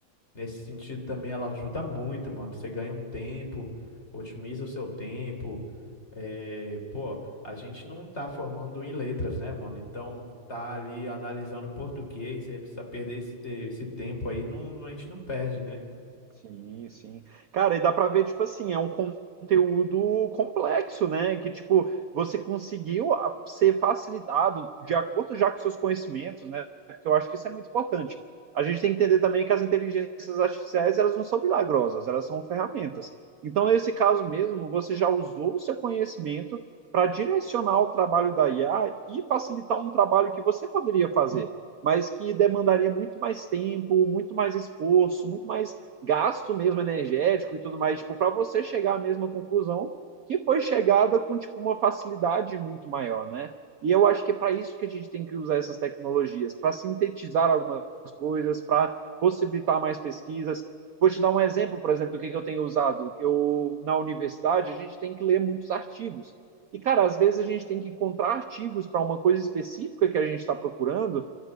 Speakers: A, on the left; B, on the right.
A: Nesse sentido também ela ajuda muito, mano. Você ganha um tempo, otimiza o seu tempo. É, pô, a gente não tá formando em letras, né, mano? Então tá ali analisando português, você precisa perder esse, te- esse tempo aí, não, não- a gente não perde, né?
B: Sim, sim. Cara, e dá pra ver, tipo assim, é um conteúdo complexo, né? Que, tipo, você conseguiu a- ser facilitado de acordo já com seus conhecimentos, né? Porque eu acho que isso é muito importante. A gente tem que entender também que as inteligências artificiais, elas não são milagrosas, elas são ferramentas. Então, nesse caso mesmo, você já usou o seu conhecimento para direcionar o trabalho da IA e facilitar um trabalho que você poderia fazer, mas que demandaria muito mais tempo, muito mais esforço, muito mais gasto mesmo energético e tudo mais, tipo, para você chegar à mesma conclusão que foi chegada com tipo uma facilidade muito maior, né? E eu acho que é para isso que a gente tem que usar essas tecnologias, para sintetizar algumas coisas, para possibilitar mais pesquisas. Vou te dar um exemplo, por exemplo, do que, eu tenho usado. Eu na universidade a gente tem que ler muitos artigos. E, cara, às vezes a gente tem que encontrar artigos para uma coisa específica que a gente está procurando,